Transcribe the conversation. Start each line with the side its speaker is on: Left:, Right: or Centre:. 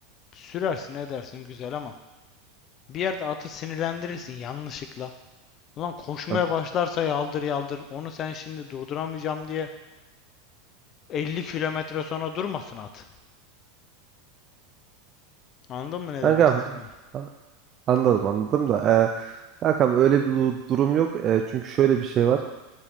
Left: sürersin edersin güzel ama bir yerde atı sinirlendirirsin yanlışlıkla. Ulan koşmaya
Right: Evet.
Left: başlarsa yaldır yaldır. Onu sen şimdi durduramayacağım diye 50 kilometre sonra durmasın at. Anladın mı ne
Right: Kankam
Left: demek istediğimi?
Right: a- anladım anladım da e, kankam öyle bir du- durum yok. E, çünkü şöyle bir şey var.